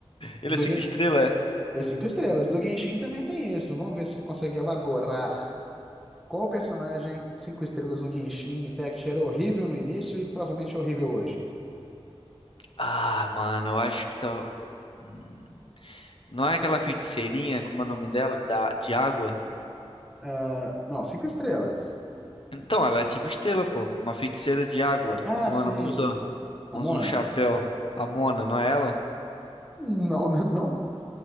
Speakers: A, on the left (about 55°); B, in the centre.
A: Ele
B: O do
A: é cinco
B: Gen...
A: estrelas? é?
B: é cinco estrelas. Do Genshin também tem isso. Vamos ver se você consegue elaborar qual personagem cinco estrelas no Genshin Impact era horrível no início e provavelmente é horrível hoje.
A: Ah, mano, eu acho que tá. Hum, Não é aquela feiticeirinha, como é o nome dela? Da... De água?
B: Ah, não, cinco estrelas.
A: Então, ela é cinco estrelas, pô. Uma feiticeira de água.
B: Ah,
A: Como
B: sei.
A: é o nome? Usa.
B: A
A: Usa
B: Mona?
A: um chapéu. A Mona, não é ela?
B: Não, <laughs> né, não.